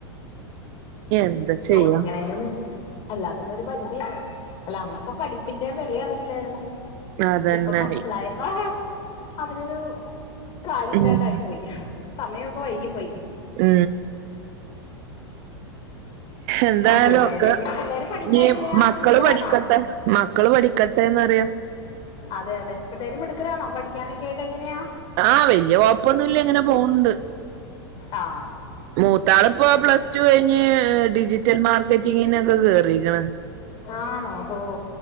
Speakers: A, on the right; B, on the left.
A: എന്താ
B: ചോദിക്കണേനും
A: ചെയ്യാ
B: എല്ലാത്തിനും ഒരു പരിധി ഇണ്ട് അല്ല അന്നൊക്കെ പഠിപ്പിന്റെ വെല അറിയില്ലാരുന്നു
A: അതന്നെ
B: ഇപ്പ മൻസ്സിലായപ്പ അതിനൊരു കാര്യം ഇല്ലാണ്ടായി
A: ഉം
B: പോയി സമയൊക്കെ വൈകിപ്പോയി
A: മ് എന്തായാലും
B: ആ പിള്ളേരെ
A: ഒക്കെ
B: എങ്ങനെ പിള്ളേര് പഠിക്കാൻ
A: ഞ്
B: എങ്ങനെയാ
A: മക്കള്
B: മിടുക്കരാണോ
A: പഠിക്കട്ടെ മക്കള് പഠിക്കട്ടെന്നറിയാ
B: അതെ അതെ പിള്ളേര് മിട്ക്കരാണോ പഠിക്കാനൊക്കെ ആയിട്ട് എങ്ങനെയാ
A: ആഹ് വല്യ കൊഴപ്പൊന്നുല്ല ഇങ്ങനെ പോവ്ണ്ട്
B: ആ
A: മൂത്താള്പ്പ പ്ലസ് ടു കഴിഞ്ഞ് ഡിജിറ്റൽ മാർക്കറ്റിങ്ങിനൊക്കെ കേറിക്ക്ണ്
B: ആണോ ഹോ